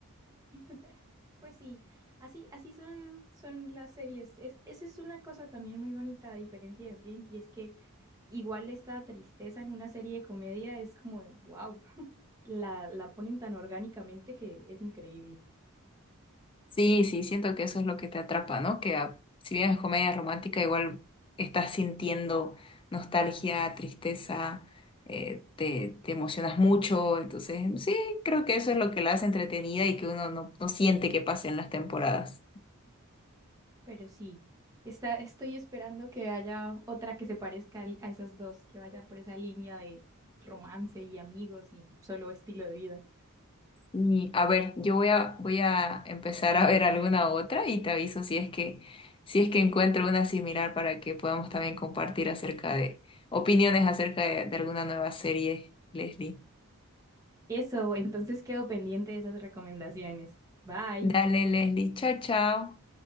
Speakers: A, on the right; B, on the left.
A: <laughs> Pues sí, así, así son, son las series. Es, esa es una cosa también muy bonita, a diferencia de Friends, y es que igual esta tristeza en una serie de comedia es como de, wow, la, la ponen tan orgánicamente que es increíble.
B: Sí, sí, siento que eso es lo que te atrapa, ¿no? Que a- si bien es comedia romántica, igual estás sintiendo nostalgia, tristeza, eh, te, te emocionas mucho, entonces sí, creo que eso es lo que la hace entretenida y que uno no, no siente que pasen las temporadas.
A: Pero sí, está, estoy esperando que haya otra que se parezca al- a esas dos, que vaya por esa línea de romance y amigos y solo estilo de vida.
B: Y a ver, yo voy a, voy a empezar a ver alguna otra y te aviso si es que, si es que encuentro una similar para que podamos también compartir acerca de opiniones acerca de, de alguna nueva serie, Leslie.
A: Eso, entonces quedo pendiente de esas recomendaciones. Bye.
B: Dale, Leslie. Chao, chao.